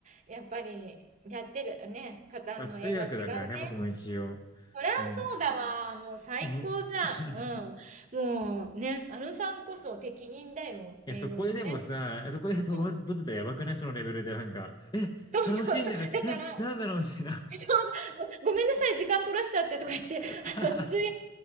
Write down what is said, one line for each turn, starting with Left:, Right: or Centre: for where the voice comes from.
Right: やっぱり、やってるね、方の英語は違うね。
Left: まあ通訳だからね、僕も一応。
Right: そりゃそうだわ。
Left: うん。
Right: もう最高じゃん。
Left: うん。<laughs> い
Right: うん。もうね、あのさんこそ適任だよ。
Left: や、
Right: 英語のね。
Left: そこででもさ、そこで戸惑ってたらやばくないそのレベルでなんか、
Right: うん。そうそうそう。
Left: 楽しんでる。
Right: だから、
Left: え、なんだろうみたいな。
Right: <laughs> ごめんなさい、時間取らしちゃってとか言って、あの、通訳、
Left: <laughs>
Right: 翻